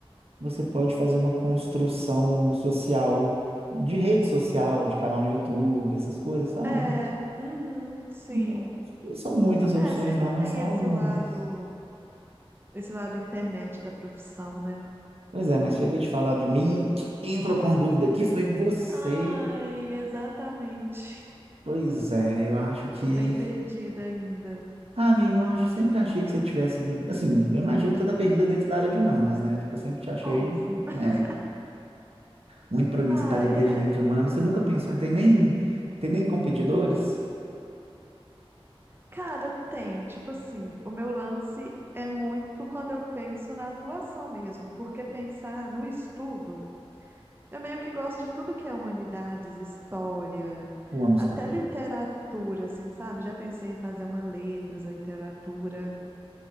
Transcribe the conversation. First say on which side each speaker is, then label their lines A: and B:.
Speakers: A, on the right; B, on the right.
A: você pode fazer uma construção social, de rede social, de canal no YouTube, essas coisas, sabe?
B: É, uhum, sim.
A: Então, não são muitas opções
B: É, sempre
A: não,
B: tem
A: mas são
B: esse
A: algumas.
B: lado, esse lado internet da profissão, né?
A: Pois é, mas chega de falar de mim. Quem entrou com dúvida aqui foi você.
B: Ai, exatamente.
A: Pois é, eu acho que...
B: Tô bem perdida ainda.
A: Ah, amigo, eu acho, sempre achei que você tivesse... Assim, eu imagino que você tá perdida dentro da área de humanas, né? Porque eu sempre te achei...
B: Óbvio. <laughs>
A: né, Muito provavelmente
B: Ai,
A: você está ali pedindo
B: é.
A: entre humanos. Você nunca pensou, não tem nem, tem nem competidores?
B: Cara, tem, tipo assim, o meu lance é muito quando eu penso na atuação mesmo, porque pensar no estudo, eu meio que gosto de tudo que é humanidades, história,
A: Eu amo
B: até
A: história.
B: literatura, assim, sabe? Já pensei em fazer uma letras, literatura,